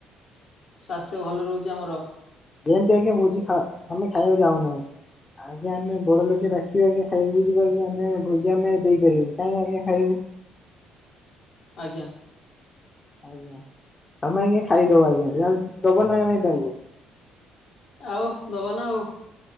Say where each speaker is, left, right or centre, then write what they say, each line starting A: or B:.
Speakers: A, on the left; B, on the left.
A: ସ୍ଵାସ୍ଥ୍ୟ ଭଲ ରହୁଛି ଆମର।
B: ସେମିତି ଆଜ୍ଞା ଭୋଜି ଆମେ ଖାଁ ଖାଇବାକୁ ଯାଉନାହୁଁ ଆଜ୍ଞା ଆମେ
A: ହୁଁ
B: ବଡ ଲୋକେ <unintelligible> ଆ ଖାଇବାକୁ ଯିବା ଆ ଆମେ ଭୋଜି ଆମେ ଦେଇପାରିବୁ କାଇହିଁ ଆଜ୍ଞା ଖାଇବୁ।
A: ଆଜ୍ଞା।
B: ଆଜ୍ଞା ତମେ ଆଜ୍ଞା ଖାଇଦବ
A: ହୁଁ।
B: ଆଜ୍ଞା ଯା ଦବ ନାାଇ ନାଇଁ ତାଙ୍କୁ।
A: ଆଉ ଦବା ନା ଆଉ।